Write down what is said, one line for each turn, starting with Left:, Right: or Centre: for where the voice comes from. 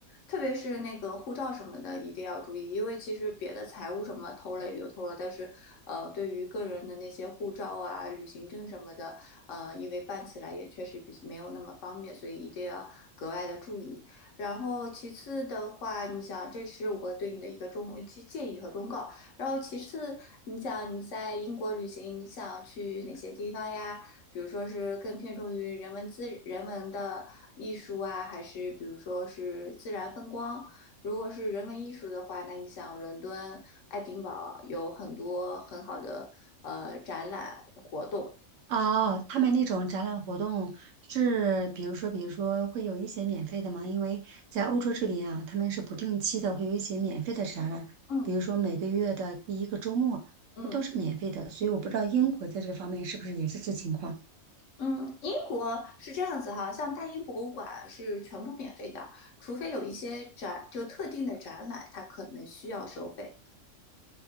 Left: 特别是那个护照什么的，一定要注意，因为其实别的财务什么偷了也就偷了，但是呃，对于个人的那些护照啊、旅行证什么的，呃，因为办起来也确实比没有那么方便，所以一定要格外的注意。然后其次的话，你想，这是我对你的一个忠建建议和忠告。然后其次，你想你在英国旅行，你想去哪些地方呀？比如说是更偏重于人文资人文的艺术啊，还是比如说是自然风光？如果是人文艺术的话，那你想伦敦、爱丁堡有很多很好的呃展览活动。
Right: 哦，他们那种展览活动是，比如说，比如说会有一些免费的吗？因为在欧洲这边啊，他们是不定期的会有一些免费的展览，
Left: 嗯
Right: 比如说每个月的第一个周末，
Left: 嗯
Right: 这都是免费的。所以我不知道英国在这方面是不是也是这情况。
Left: 嗯，英国是这样子哈，像大英博物馆是全部免费的，除非有一些展就特定的展览，它可能需要收费。